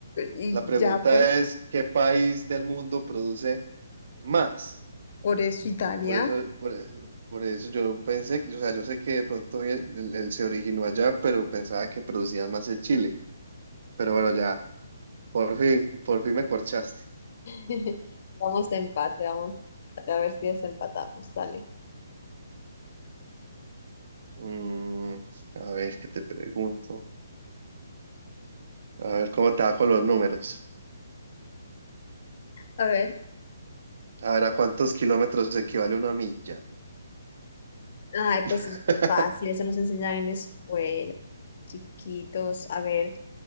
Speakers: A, on the left; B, on the right.
A: Y
B: la
A: ya
B: pregunta
A: pues,
B: es, ¿qué país del mundo produce más?
A: por eso Italia.
B: Por eso, por, por eso yo pensé, que- o sea, yo sé que de pronto el- el- se originó allá, pero pensaba que producían más en Chile. Pero bueno, ya, por fin, por fin me corchaste.
A: <laughs> Vamos a empate, vamos de empate, a ver si desempatamos, dale.
B: Mm, a ver, ¿qué te pregunto? A ver, ¿cómo te bajo los números?
A: A ver.
B: A ver, ¿a cuántos kilómetros equivale una milla?
A: Ay, pues
B: <laughs>
A: es fácil, eso nos enseñan en la escuela, chiquitos. A ver,